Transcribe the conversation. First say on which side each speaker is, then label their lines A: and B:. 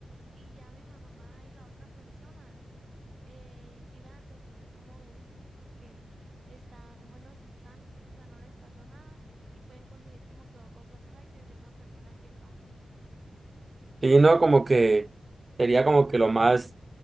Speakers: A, on the right (about 50°); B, on the right (about 30°).
A: y ya mi mamá y la otra persona eh, iban a conseguir cómo venirse porque están buenos y sanos, o sea, no les pasó nada y pueden conseguir como que o- otro raite de una persona que pase.
B: Y no, como que sería como que lo más